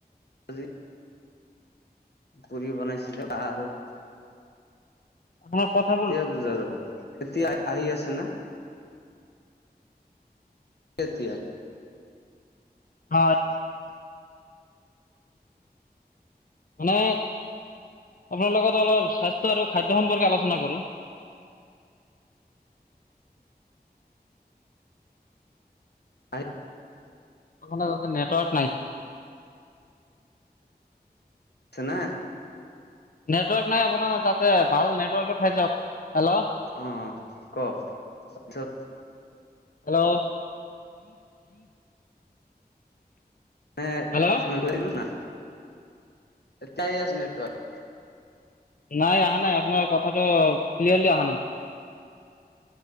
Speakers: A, on the left; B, on the left.
A: আজি। পুৰি বনাইছিলে বা আৰু।
B: আপোনাৰ কথা
A: এতিয়া বুজা যাব এতিয়া আহি আছে না। এতিয়া।
B: হয়
A: <inaudible>
B: মানে আপোনাৰ লগত অলপ স্বাস্থ্য আৰু খাদ্য সম্পৰ্কে আলোচনা কৰোঁ।
A: আহি
B: আপোনাৰ তাতে নেটৱৰ্ক নাই।
A: ছেনে
B: নেটৱৰ্ক নাই আপোনাৰ তাতে ভাল নেটৱৰ্ক ঠাইত যাওঁক হেল্ল'।
A: অ কওক তাৰপিছত।
B: হেল্ল'
A: এই
B: হেল্ল'
A: নেটৱৰ্কটো নাই, এতিয়া আহি আছে নেটৱৰ্ক।
B: নাই আহা নাই আপোনাৰ কথাটো ক্লিয়াৰলি আহা নাই।